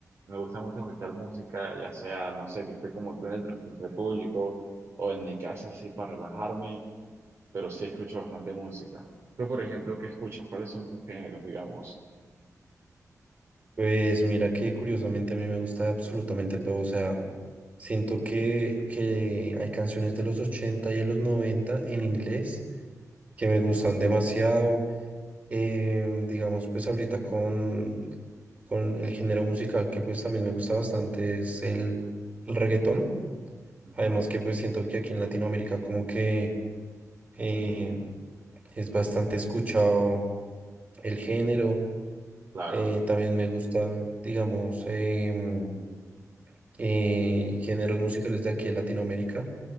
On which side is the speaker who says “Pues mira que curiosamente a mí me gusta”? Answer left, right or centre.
Right